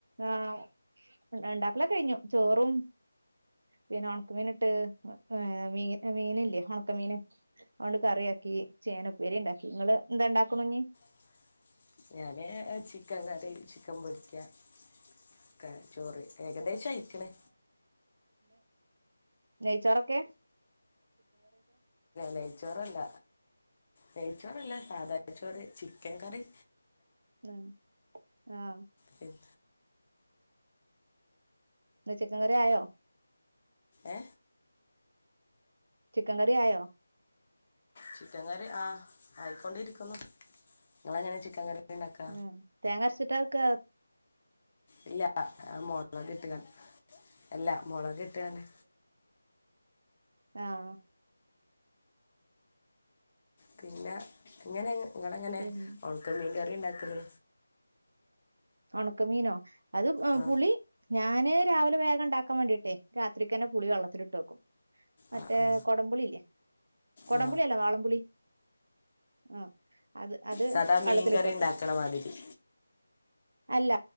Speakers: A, on the right; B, on the left.
A: ആഹ് ഉണ്ടാക്കല കഴിഞ്ഞു ചോറും പിന്നെ ഉണക്കമീൻ ഇട്ട് ഏ മീ മീന ഇല്ലേ ഉണക്കമീൻ അതുകൊണ്ട് കറിയക്കി ചേനപ്പേരി ഉണ്ടാക്കി നിങ്ങള് എന്താ ഉണ്ടാക്നിനി
B: <unintelligible> ഞാന്േ ചിക്കൻ കറി ചിക്കൻ പൊരിക്കക്കെ ചോറ് ഏകദേശം അയിക്കണേ
A: നെയ് ചോറക്കെ
B: നെയ്ച്ചോറല്ല നെയ്ച്ചോറല്ല സാദാ അരി ചോറ് ചിക്കൻ കറി
A: ആ ആ
B: പി <unintelligible>
A: ചിക്കൻ കറി ആയോ
B: ഏ
A: ചിക്കൻ കറി ആയോ?
B: ചിക്കൻകറി ആഹ് ആയിക്കൊണ്ടിരിക്കുന്നു നിങ്ങളങ്ങനെ ചിക്കൻ കറി ഉണ്ടാക്ക
A: ഉം തേങ്ങാ അരച്ചിട്ടാവെക്കുക
B: ഇല്ല മൊളക് ഇട്ടുകാൻ ഇല്ലാ മൊളക് ഇട്ടു തന്നെ
A: ആ
B: പിന്നെ ഇങ്ങനെ ഇങ്ങളങ്ങനെയാ
A: പിൻ
B: ഒണക്കമീൻ കറി ഇണ്ടാക്കല്
A: ഒണക്കമീനോ അത്
B: ആ
A: പുളി ഞാന് രാവിലെ വേഗം ഇണ്ടാക്കാൻ വേണ്ടിയിട്ടെ രാത്രിക്ക്ന്നെ പുളി വെള്ളത്തിട്ട് വെക്കും മറ്റേ
B: ആ ആ
A: കൊടംപുളി ഇല്ലേ കൊടംപുളി
B: ആ
A: അല്ല വാളംപുളി ആ അത് അത്
B: സാദാ
A: വള്ളത്തിലിട്ട്
B: മീൻ കറി
A: വെക്കുക
B: ഉണ്ടാക്കണ മാതിരി
A: അല്ല